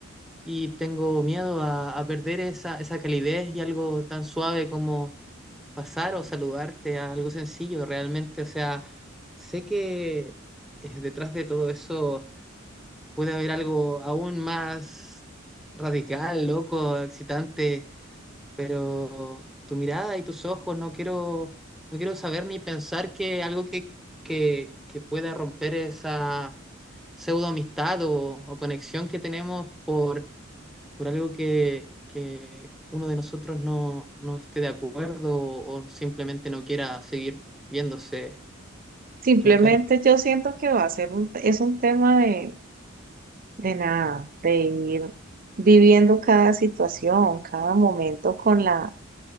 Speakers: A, in the centre; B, on the right.
A: Y tengo miedo a, a perder esa, esa calidez y algo tan suave como pasar o saludarte a algo sencillo realmente. O sea, sé que eh, detrás de todo eso puede haber algo aún más radical, loco, excitante pero tu mirada y tus ojos, no quiero, no quiero saber ni pensar que algo que, que, que pueda romper esa pseudo amistad o, o conexión que tenemos por, por algo que, que uno de nosotros no, no esté de acuerdo o, o simplemente no quiera seguir viéndose
B: Simplemente
A: a la cara.
B: yo siento que va a ser un, es un tema de, de nada, de ir viviendo cada situación, cada momento con la